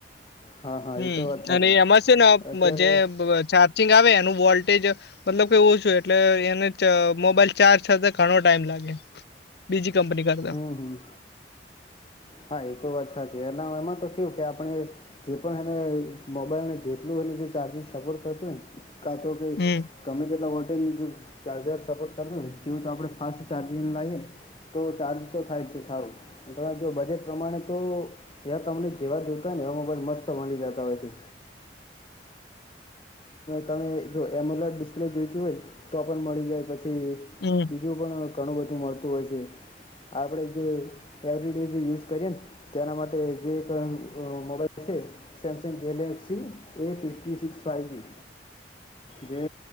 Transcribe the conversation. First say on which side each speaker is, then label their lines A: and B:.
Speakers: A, on the left; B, on the left.
A: હા હા
B: હમ્મ
A: એ તો વાત સાચી
B: અને એમાં શું
A: અત્યારે
B: ને જે ચા ચિંગ આવે એનું વોલ્ટેજ મતલબ કેવું એટલે એને ચા મોબાઈલ ચાર્જ થતે ઘણો ટાઈમ લાગે બીજી કંપની કા
A: હમ્મ હમ્મ હા એતો વાત સાચી એના એમાં તો કે કે આપણે જે પણ એને મોબાઈલને જેટલું એ જે ચાર્જિંગ સપોર્ટ કરત હો ને. કાં તો કે
B: હમ
A: ગમે તેટલા વોલ્ટેજ ચાર્જર સપોર્ટ કર હેને. તેવું તો આપણે ફાસ્ટ ચાર્જિંગ લાઈ એને- - ચાર્જ તો થાય જ છે, સારું તમે જો બજેટ પ્રમાણે તો ત્યાં તમને જેવા જોતા હો ને એવા મોબાઈલ મસ્ત મળી જતા હોય છે. તમે જો એમોલ ડિસ્પ્લે જોઈતી હોય, તો પણ મળી જાય પછી,
B: હમ.
A: બીજું પણ ઘણું બધું મળતું હોય છે, આપણે જે એવરી ડે જે યુઝ કરીએ ને તેના માટે જે ક અ mobile <inaudible> Samsung Galaxy A fifty six five G જે